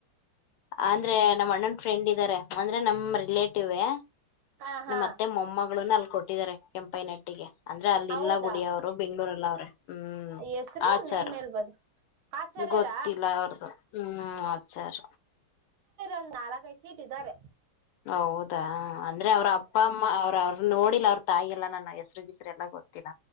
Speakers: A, on the left; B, on the right.
A: ಅಂದ್ರೆ ನಮ್ಮ್ ಅಣ್ಣನ್ ಫ್ರೆಂಡ್ ಇದ್ದಾರೆ ಅಂದ್ರೆ ನಮ ರಿಲೇಟಿವೆ
B: ಹಾ ಹಾ
A: ನಮ್ಮ ಮತ್ತೆ ಮೊಮ್ಮಗಳುಲ್ ಕೊಟ್ಟಿದ್ದಾರೆ ಕೆಂಪೈ ನಟ್ಟಿಗೆ ಅಂದ್ರೆ ಅಲ್ಲಿ
B: ಹೌದಾ
A: ಇಲ್ಲಾುಡಿ ಅವರು ಬೆಂಗಳೂರಲ್ಲಿ ಎಲ್ಲ ಅವ್ರೆ... ಹ್ಮ್
B: ಹೆಸರು
A: ಆಚಾರ್
B: ನೇಮ್ ಹೇಳ್ಬೋದು ಆಚಾರ್ಯರ
A: ಗೊತ್ತಿಲ್ಲ ಅವ್ರದು ಹ್ಮ್ ಆವಚಾರ
B: ಒಂದ್ ನಾಲ್ಕ ಸೀಟ್ ಇಟ್ಟಾರೆ
A: ಹೌದಾ ಅಂದ್ರೆ ಅವ್ರ ಅಪ್ಪ ಅಮ್ಮ ಅವ್ರ ಅವ್ರ ನೋಡಿ ಲ ತಾಯಿ ಎಲ್ಲ ನನ್ನ ಹೆಸರುಗಿಸರುಎಲ್ಲ ಗೊತ್ತಿಲ